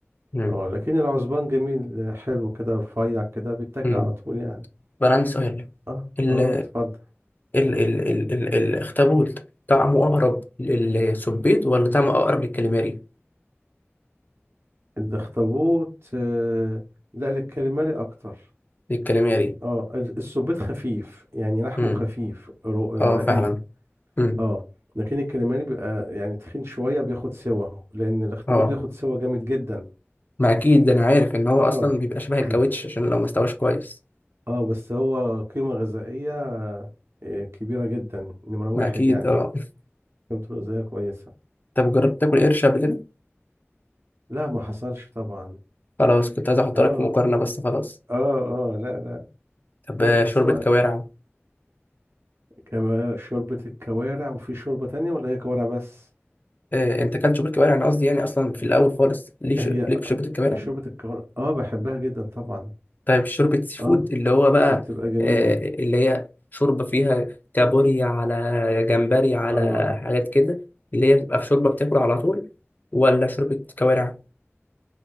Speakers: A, on the left; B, on the right.
A: امم
B: اه لكن العزبان جميل آه، حلو كده رفيع كده بيتاكل
A: امم
B: على طول يعني
A: طب انا عندي سؤال
B: اه
A: ال
B: اه اتفضل
A: ال ال ال ال الاخطبوط طعمه اقرب للسبيط ولا طعمه اقرب للكاليماري
B: الاخطبوط آه، لا الكاليماري اكتر
A: للكاليماري
B: اه ال- السبيط خفيف يعني لحمه
A: امم
B: خفيف رو- آه،
A: اه
B: رقيق
A: فعلا امم
B: اه لكن الكاليماري بيبقى يعني تخين شوية بياخد سوا لأن الاخطبوط
A: اه
B: بياخد سوا جامد جدا
A: ما اكيد ده انا عارف ان هو
B: اه
A: اصلا بيبقى شبه الكاوتش
B: <clears throat>
A: عشان لو ما استواش كويس
B: اه بس هو قيمة غذائية آه، كبيرة جدا نمرة واحد
A: ما اكيد
B: يعني
A: اه
B: قيمته الغذائية كويسة
A: <laughs> طب جربت تاكل قرش قبل كده
B: لا ما حصلش طبعا
A: خلاص كنت عايز احط
B: اه
A: لك في مقارنه بس خلاص
B: اه اه لا لا
A: طب
B: لا
A: آه،
B: بس
A: شوربه
B: هو
A: كوارع
B: كما- شوربة الكوارع وفي شوربة تانية ولا هي كوارع بس
A: آه، انت كلت شوربه كوارع انا قصدي يعني اصلا في الاول خالص ليك
B: هي
A: ليك في شوربه الكوارع
B: شوربة الكوارع اه بحبها جدا طبعا
A: طيب شوربة سي فود
B: اه
A: اللي هو بقى
B: بتبقى جميلة
A: آه، اللي هي شوربة فيها كابوريا على جمبري على
B: اه
A: حاجات كده اللي هي بتبقى في شوربة بتاكل على طول ولا شوربة كوارع؟